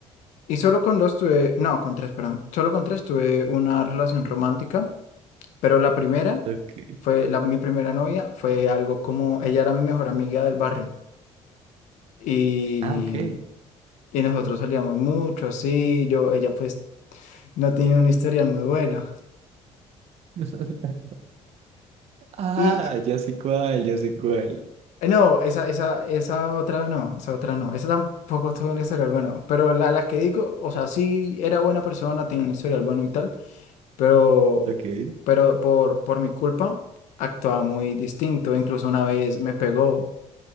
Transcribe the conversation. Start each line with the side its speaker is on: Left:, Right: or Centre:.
Left: Y solo con dos tuve, no, con tres, perdón. Solo con tres tuve una relación romántica. Pero la primera
Right: Ok.
Left: fue, la, mi primera novia fue algo como, ella era mi mejor amiga del barrio y,
Right: Ah, ok.
Left: y nosotros salíamos mucho, así, yo, ella pues no tenía un historial muy bueno.
Right: <laughs> Ah,
Left: Y
Right: ya sé cuál, ya sé cuál.
Left: eh, no, esa, esa, esa otra no, esa otra no, esa tampoco tuvo un historial bueno, pero la, la que digo, o sea, sí era buena persona, tiene un historial bueno y tal, pero,
Right: Ok.
Left: pero por, por mi culpa actuaba muy distinto, incluso una vez me pegó.